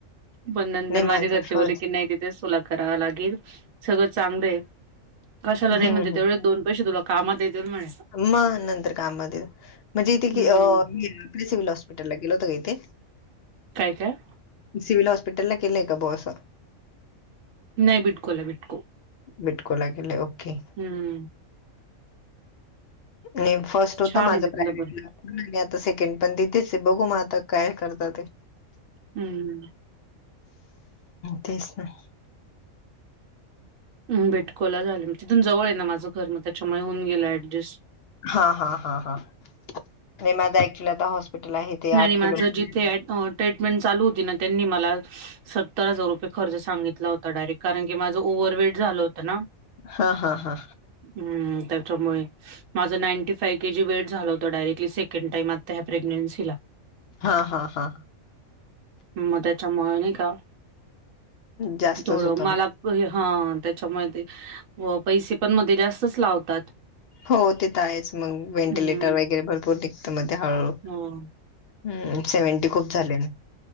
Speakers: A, on the right; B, on the left.
A: पण नंतर
B: नाही
A: माझ्या
B: माझं
A: घरचे
B: फर्स्ट
A: बोलले की नाही तिथे तूला करावा लागेल सगळं चांगलं कशाला
B: हं.
A: नाही
B: हं.
A: म्हण त्या दोन पैसे तुला कामात येतील म्हणे
B: मग नंतर काममध्ये म्हणजे इथे की
A: हम्म.
B: आप सिव्हल हॉस्पिटल हॉस्पिटला गेलो होतो का इथे
A: काय-काय
B: सिव्हिल हॉस्पिटलला केलंय का बॉस
A: नाही, बिटकोला हाय बिटको
B: बिटको ला गेले, ओके,,
A: हम्म
B: आणि फर्स्ट होत
A: छान
B: माझं
A: आहे तिथलं
B: प्रायव्हेटला
A: पण
B: नाही आता सेकंड पण तिथेच आहे बघू म आता काय करतात ते
A: हम्म
B: तेच ना
A: अं बिटकोला झाल, मग तिथून जवळ आहे ना माझं घर मग त्याच्यामुळं होऊन गेलं ऍडजेस्ट.
B: हा हा हा हा. नाही माझं ऍक्च्युली आता हॉस्पिटल आहे. ते आठ
A: आणि माझं
B: किलोमीटर
A: जिथे ऍट ट्रीटमेंट चालू होती ना त्यांनी मला सत त्तर हजार रुपये खर्च सांगितला होता डायरेक्ट. कारण की, माझं ओव्हरवेट झालं होत ना.
B: हा हा हा
A: हम्म त्याच्यामुळे. माझं ninety five K G weight झालं होत डायरेक्टली. सेकंड टाईम आता ह्या प्रेग्न्सीला.
B: हा हा हा.
A: मग त्याच्यामुळं नाही का?
B: जास्तच
A: थोडं
B: होता
A: मला
B: मग.
A: बरी हां, त्याच्यामुळे ते पैसे पण मध्ये जास्तच लावतात.
B: हो ते तर आहेच. मग व्हेंटिलेटर
A: हं,
B: वगैरे भरपूर निघत मग ते हळूहळू.
A: हो
B: हम्म सेव्हंटी खूप झाले ना.